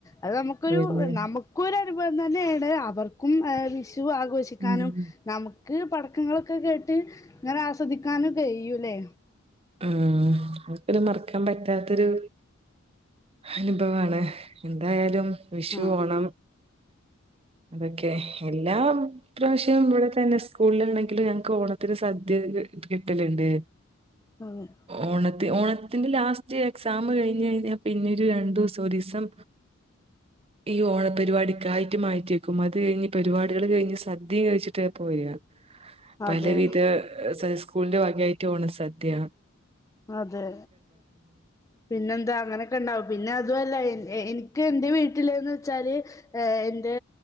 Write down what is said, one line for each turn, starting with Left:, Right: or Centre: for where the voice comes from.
Left: അത് നമുക്കൊരു
Right: പിന്നെ
Left: നമുക്കൊര അനുഭവം തന്നെയാണ് അവർക്കും ഏഹ് വിഷു <unintelligible> ആഘോഷിക്കാനും
Right: ഉം
Left: നമു ക്ക് പടക്കങ്ങളൊക്കെ കേട്ട് ഇങ്ങനെ ആസ്വദിക്കാനും കഴിയൂല്ലേ
Right: ഉം ഒരിക്കലും മറക്കാൻ പറ്റാത്തൊരു അനുഭവമാണ് എന്തായാലും വിഷു
Left: ആഹ്
Right: ഓണം അതൊക്കെ എല്ലാം പ്രാവശ്യം ഇവിട ത്തന്നെ സ് സ്കൂളിലാണെങ്കിൽ ഞങ്ങക്ക് ഓണത്തിന് സദ്യ കി കിട്ടലുണ്ട്
Left: അതെ
Right: ഓണത്തി ഓണ ത്തിന്റെ ലാസ്റ്റ് എക്സാം കഴിഞ്ഞ് കഴിഞ്ഞ പിന്നെ ഒരു രണ്ടു ദിവസം ഒരു ദിവസം ഈ ഓണപരിപാടിക്കായിട്ട് മാറ്റി വെക്കും അത് കഴിഞ്ഞ് പരിപാടികൾ കഴിഞ്ഞ് സദ്യയും കഴിച്ചിട്ടേ പോരുക പല
Left: അതെ
Right: വിധ സംസ് സ്കൂളിന്റെറെ വകയായിട്ട് ഓണ സദ്യയാണ്
Left: അതെ പിന്നെ എന്താ അങ്ങനെയൊക്കെ ഉണ്ടാവും പിന്നെ അതുമല്ല എ എനിക്ക് എൻന്റെ വീട്ടില് എന്നു വെച്ചാല് എന്റെ